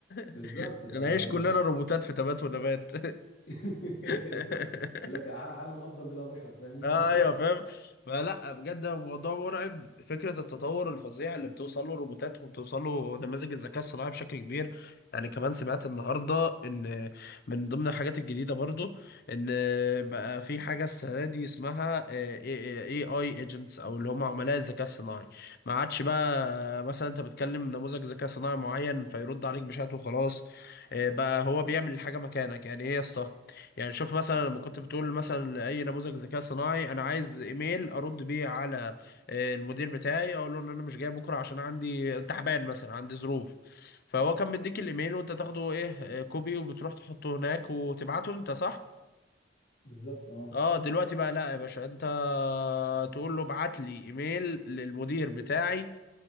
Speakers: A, on the left; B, on the left.
A: بالظبط
B: <laughs>
A: فانا
B: نعيش كلنا
A: شايف
B: روبوتات في تبات ونبات
A: <laughs>
B: <laughs>
A: يقول لك ع- عالم افضل بلا بشر فاهم انت
B: ايوه
A: <laughs>
B: فاهم فلا بجد الموضوع مرعب فكره التطور الفظيع اللي بتوصل له الروبوتات وبتوصل له نماذج الذكاء الصناعي بشكل كبير يعني كمان سمعت النهارده ان من ضمن الحاجات الجديده برضو ان بقى في حاجه السنه دي اسمها اي اي ايجنتس او اللي هم عملاء الذكاء الصناعي ما عادش بقى مثلا انت بتكلم نموذج ذكاء صناعي معين فيرد عليك بشات وخلاص آه، بقى هو بيعمل الحاجه مكانك يعني ايه يا اسطى يعني شوف مثلا لما كنت بتقول مثلا اي نموذج ذكاء صناعي انا عايز ايميل ارد بيه على آه، المدير بتاعي اقول له ان انا مش جاي بكره عشان عندي تعبان مثلا عندي ظروف فهو كان بيديك الايميل وانت تاخده ايه آه، كوبي وبتروح تحطه هناك وتبعته انت صح
A: بالظبط اه
B: اه دلوقتي بقى لا يا باشا انت تقول له ابعت لي ايميل للمدير بتاعي